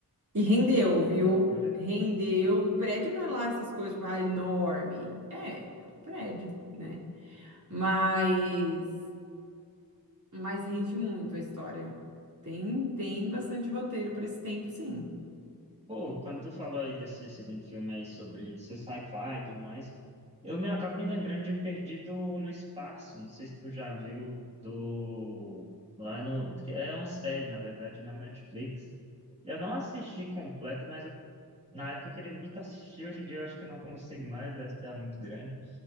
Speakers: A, on the right (about 50°); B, on the right (about 15°).
A: E rendeu, viu?
B: Pô, loucura.
A: Rendeu. O prédio não é lá essas coisas, tipo, ah, enorme. É, é um prédio, né? Mas, mas rende muito a história. Tem, tem bastante roteiro para esse tempo, sim.
B: Pô, quando tu falou aí desse segundo filme aí sobre ser sci-fi e tudo mais, eu me acabo me lembrando de Perdido no Espaço. Não sei se tu já viu do lá no que é uma série na verdade na Netflix. Eu não assisti completa, mas eu- na época eu queria muito assistir. Hoje em dia eu acho que não consigo mais, deve estar muito grande.